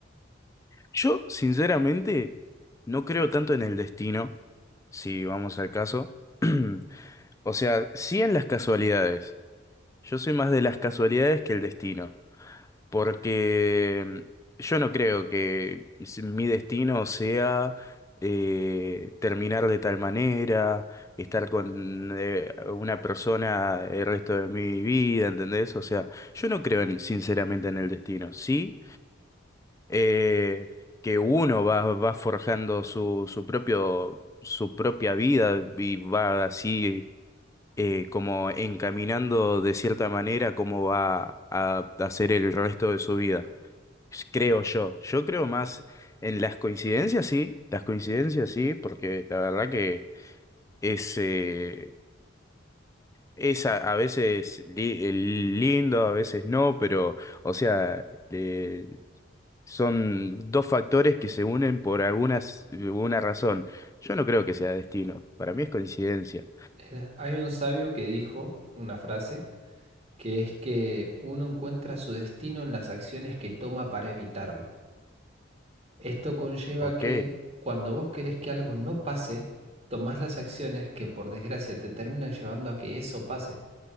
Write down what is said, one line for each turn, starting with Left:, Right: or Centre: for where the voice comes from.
Left: yo, sinceramente, no creo tanto en el destino, si vamos al caso. <clears throat> O sea, sí en las casualidades. Yo soy más de las casualidades que el destino. Porque mm, yo no creo que s- mi destino sea eh, terminar de tal manera, estar con eh, una persona el resto de mi vida, ¿entendés? O sea, yo no creo en- sinceramente en el destino. Sí. eh, que uno va, va forjando su, su propio, su propia vida y va así eh, como encaminando de cierta manera cómo va a hacer el resto de su vida. Creo yo. Yo creo más en las coincidencias, sí. Las coincidencias, sí, porque la verdad que es, eh, es a, a veces li- lindo, a veces no, pero, o sea, eh, son dos factores que se unen por algunas, eh, una razón. Yo no creo que sea destino. Para mí es coincidencia.
Right: Eh, Hay un sabio que dijo una frase que es que uno encuentra su destino en las acciones que toma para evitarlo. Esto conlleva
Left: Ok,
Right: que cuando vos querés que algo no pase, tomás las acciones que por desgracia te terminan llevando a que eso pase.